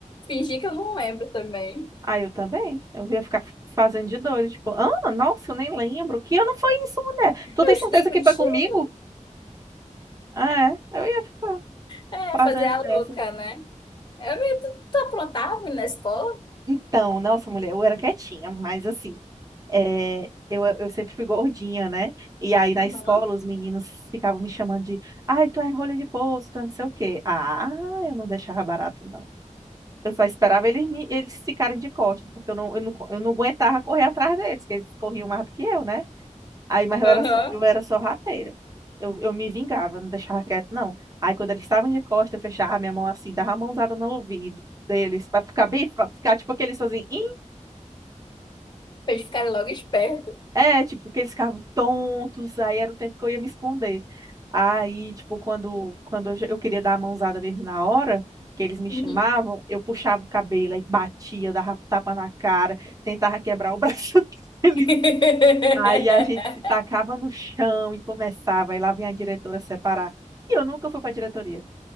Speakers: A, on the left; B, on the right.
A: Fingir que eu não lembro também.
B: Ah, eu também. Eu ia ficar fazendo de doido. Tipo, ah, nossa, eu nem lembro. Que ano foi isso, mulher? Tu
A: Eu
B: tem
A: estudei
B: certeza
A: contigo.
B: que foi comigo? Ah, é. Eu ia ficar
A: É,
B: fazendo
A: fazer a
B: dessas.
A: louca, né? Eu, me- tu, tu aprontava na escola?
B: Então, nossa, mulher, eu era quietinha, mas assim, é, eu, eu sempre fui gordinha, né? E aí na
A: Aham.
B: escola os meninos ficavam me chamando de, ai, tu é rolha de poço, tu é não sei o quê. Ah, eu não deixava barato, não. Eu só esperava eles, me- eles ficarem de costas, porque eu não, eu não, eu não aguentava correr atrás deles, porque eles corriam mais do que eu, né? Aí, mas eu
A: Aham.
B: era, só- eu era só rateira. Eu, eu me vingava, não deixava quieto, não. Aí, quando eles estavam de costa, eu fechava a minha mão assim, dava a mãozada no ouvido deles, pra ficar bem, pra ficar tipo aqueles sozinhos. "Ih".
A: Pra eles ficarem logo espertos.
B: É, tipo, que eles ficavam tontos, aí era o tempo que eu ia me esconder. Aí, tipo, quando, quando eu, já- eu queria dar a mãozada mesmo na hora, que eles me
A: Uhum.
B: chamavam, eu puxava o cabelo aí batia, dava tapa na cara, tentava quebrar o braço <laughs> deles.
A: <laughs>
B: Aí a gente se tacava no chão e começava, e lá vinha a diretora separar. E eu nunca fui pra diretoria.